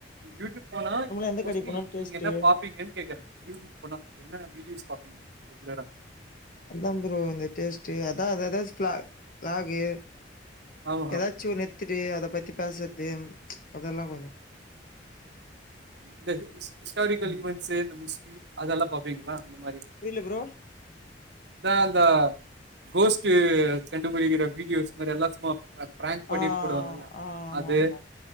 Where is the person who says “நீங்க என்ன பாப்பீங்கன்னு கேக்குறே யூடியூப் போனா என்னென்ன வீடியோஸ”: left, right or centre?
Right